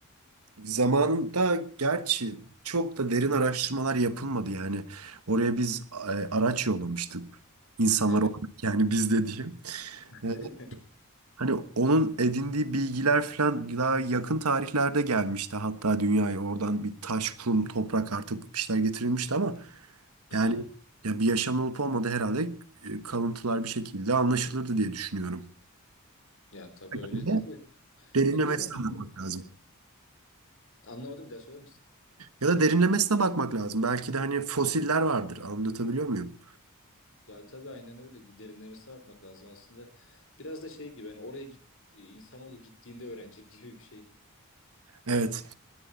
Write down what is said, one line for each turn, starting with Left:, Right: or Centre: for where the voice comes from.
Right: zamanında gerçi çok da derin araştırmalar yapılmadı yani. Oraya biz e, araç yollamıştık. İnsanlar
Left: Evet.
Right: olarak yani biz de diyeyim.
Left: <laughs>
Right: E, Hani onun edindiği bilgiler falan daha yakın tarihlerde gelmişti. Hatta dünyaya oradan bir taş, kum, toprak artık bir şeyler getirilmişti ama
Left: Hı
Right: yani
Left: hı.
Right: ya bir yaşam olup olmadı herhalde e, kalıntılar bir şekilde anlaşılırdı diye düşünüyorum.
Left: Ya tabii öyledir
Right: Bir de
Left: de.
Right: derinlemesine
Left: Ya gene bilmiyorum
Right: bakmak
Left: kanka.
Right: lazım.
Left: Anlamadım bir daha söyler misin?
Right: Ya da derinlemesine bakmak lazım. Belki de hani fosiller vardır. Anlatabiliyor muyum?
Left: Ya tabii aynen öyle. Derinlemesine bakmak lazım aslında. Biraz da şey gibi hani oraya git, e, insanoğlu gittiğinde öğrenecek <laughs> gibi bir şey.
Right: Evet.